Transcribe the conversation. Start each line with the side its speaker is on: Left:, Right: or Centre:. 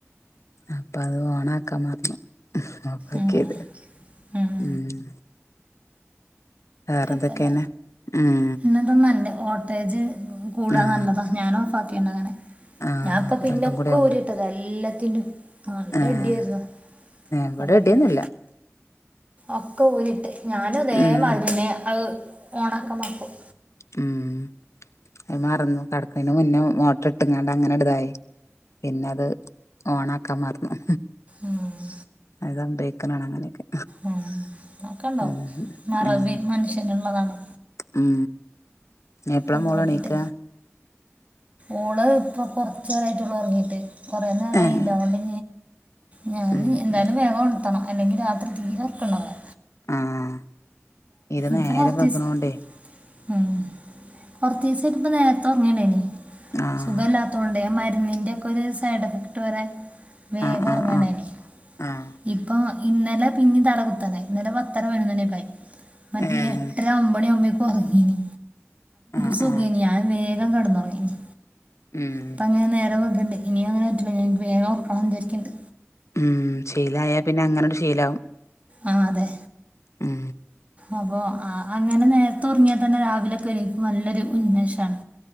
Left: അപ്പൊ അത് ഓൺ ആകാൻ മറന്നു. ഓഫ്‌ ആക്കിയത്
Right: ഉം ഉം
Left: മ്മ് വേറെന്തൊക്കെയന്നെ
Right: പ്പല്ല
Left: ഉം
Right: പിന്നതും നല്ലേ വോൾട്ടേജ് കൂടാ
Left: ആഹ്
Right: നല്ലത. ഞാനൻ ഓഫ് ആക്കിണ്
Left: ആഹ്
Right: ഞാൻ ഇപ്പ പിന്നൊക്കെ
Left: രണ്ടും കൂടി ആവുമ്പള്
Right: ഊരിട്ടത് എല്ലാത്തിറ്റിം. നല്ല
Left: ഏഹ്
Right: ഇടിയായിരുന്നു
Left: ഇവിടെ
Right: അപ്പൊ
Left: ഇടിയൊന്നുല്ല
Right: പിന്നെ ഒക്കെ ഊരിട്ട് ഞാനുംതേമാരിനെ
Left: ഉം
Right: അത് ഓണൻമാക്കും.
Left: ഉം അത് മറന്നു കിടക്കന് മുന്നേ മോട്ടർ ഇട്ടങ്ങാണ്ട് അങ്ങനെ ഇടതായി. പിന്നെ അത് ഓണാക്കാൻ മറന്നു.
Right: ആഹ്
Left: അതാ ഇടയ്ക്ക്നാണ് അങ്ങനെയൊക്കെ
Right: ആ അക്കെണ്ടാവും
Left: ഉം
Right: മറവി
Left: ഉം
Right: മനുഷ്യനള്ളതാണ്.
Left: ഉം എപ്പഴാ
Right: അത്
Left: മോള്
Right: നോക്കിയിട്ട്
Left: എണീക്കാ.
Right: ഓള് ഇപ്പൊ കൊറച്ച് നേരമായിട്ട് ഒള്ളു ഉറങ്ങീട്ട് കൊറെ നേരയില്ല
Left: ഏഹ്
Right: അവടെ ഞാൻ
Left: ഉം
Right: എന്തായാലും
Left: ഉം
Right: വേഗം ഓണർത്തനം അല്ലെങ്കിൽ രാത്രി തീരെ ഉറക്കണ്ടാവൂല.
Left: ആഹ ഇത്
Right: ഇപ്പോൾ
Left: നേരെ
Right: കുറച്ച്
Left: വെക്ണോകൊണ്ട്
Right: ദിവസം ഉം കുറച്ചീസായിട്ട് ഇപ്പ നേരത്തെ ഉറങ്ങാനേ
Left: ആഹ്
Right: സുഖ ഇല്ലാത്തൊണ്ടോ. മരുന്നിന്റെ ഒക്കെ ഒരു സൈഡ് എഫക്ട് വരെ വേഗം
Left: ആഹ്
Right: ഉറങ്ങ്ടയിന്
Left: ആഹ് ആഹ് ആഹ്
Right: ഇപ്പൊ ഇന്നലെ പിന്നെ തല കുത്താനായി ഇന്നലെ പത്തര പത്തിനോന് ഒക്കായി മറ്റേ
Left: ഏഹ്
Right: എട്ടര ഒമ്പതു മണി ഉറങ്ങിയെന്ന്
Left: ആഹ്
Right: സുഖയ്നീ
Left: ആഹ്
Right: ഞാൻ വേഗം കിന്ന് ഉറങ്ങിന്.
Left: ഉം
Right: അപ്പ, അങ്ങനെ നേരം വക്ണ്ട്. ഇനി അങ്ങനെ പറ്റില്ല. എനിക്ക് വേഗം ഉറക്കണം ന്ന് വിചാരിക്കുണ്ട്.
Left: മ, ശീലായാൽ പിന്നെ അങ്ങനെ യണ്ട് ശീലമാ കും.
Right: ആഹ്‌, അതെ.
Left: ഉം
Right: അപ്പൊ, ആഹ്‌, അങ്ങനെ, നേരത്തെ ഉറങ്ങിയാൽ തന്നെ രാവിലെ ക്കൊരു നല്ലൊരു ഉന്മേഷാണ്.